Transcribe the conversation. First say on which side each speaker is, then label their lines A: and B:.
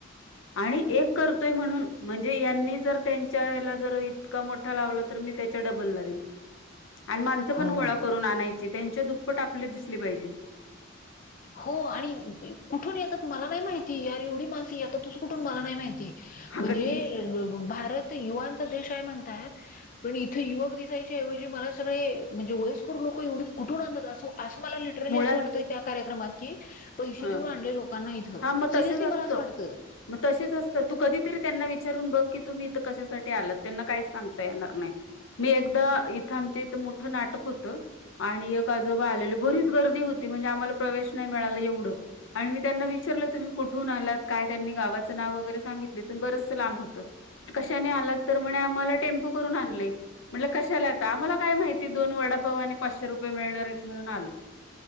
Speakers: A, on the left; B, on the left.
A: आणि एक करतोय म्हणून म्हजे णे यांनी जर त्यांच्या ह्याला जर इतका मोठा लावला तर, मी त्याच्या डबल लावेन. आणि माणसं
B: हो
A: पण गोळा करून आणायची त्यांच्या दुप्पट आपले दिसले पाहिजे.
B: हो आणि कुठून येतात मला नाही माहिती यार एवढी मानसी आता तु कुठून मला नाही माहिती.
A: अगं
B: म्हणजे
A: ती
B: भारत युवचा देश आहे म्हणतात. पण इथे युवक. ऐवजी मला सगळे व्ययस्कर लोक एवढी कुठून आणतात. अस अस मला लिटरली
A: मुळात
B: अस वाटत. कार्यक्रात की पैसे
A: ह
B: देऊन आणले. लोकांना इथ
A: हा मग
B: सिरियली
A: तसच
B: मला
A: असतं
B: असं वाटतं.
A: मग तसेच असतं तू कधीतरी त्यांना विचारून बघ. की तुम्ही इथं कशासाठी आल त्यांना काहीच सांगता येणार नाही. मी एकदा इथं आमच्या इथं मोठं नाटक होतं आणि जोबा आलेली बरीच गर्दी होती म्हणजे आम्हाला प्रवेश नाही मिळाला एवढं. आणि मी त्यांना विचारलं तु म्ही कुठ? कुठून आलात काय त्यांनी गावाचं नाव वगैरे सांगितलंतून बरच लांब होत. कशाने आला तर म्ह आम्हाला टेम्पो करून आणलेय म्हट कशाला आता आम्हाला काय माहिती दोन वडा वाने पाचशे रुपये मिळणार आहेत म्हणून आलोय.